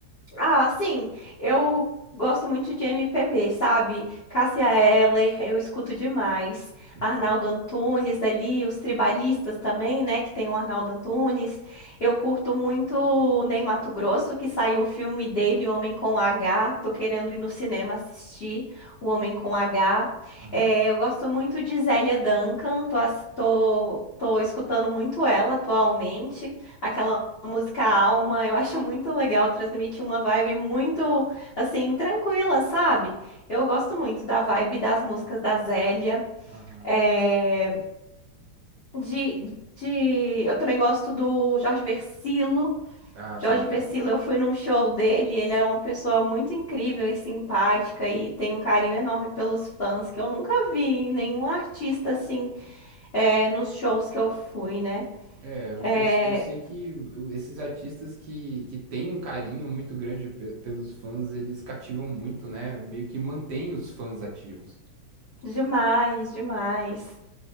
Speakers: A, on the left; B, on the right.
A: Ah, sim, eu gosto muito de MPB, sabe? Cássia Eller, eu escuto demais.
B: Uhum.
A: Arnaldo Antunes ali, os tribalistas também, né? Que tem o Arnaldo Antunes. Eu curto muito o Ney Matogrosso, que saiu o filme dele, Homem com H. Tô querendo ir no cinema assistir o Homem com H.
B: Aham,
A: É, eu gosto muito de Zélia Duncan, tô, ass- tô, tô escutando muito ela atualmente. Aquela a música Alma, eu acho muito legal, transmite uma vibe muito, assim, tranquila, sabe? Eu gosto muito da vibe das músicas da Zélia,
B: aham.
A: eh, de, de... Eu também gosto do Jorge Vercillo.
B: Ah,
A: Jorge
B: tô ligado.
A: Vercillo, eu fui num show dele, ele era uma pessoa muito incrível e simpática e tem um carinho enorme pelos fãs, que eu nunca vi em nenhum artista, assim, eh, nos shows que eu fui, né?
B: É, eu,
A: É,
B: eu, eu sei que esses artistas que, que têm um carinho muito grande pe- pelos fãs, eles cativam muito, né? Meio que mantém os fãs ativos.
A: demais, demais.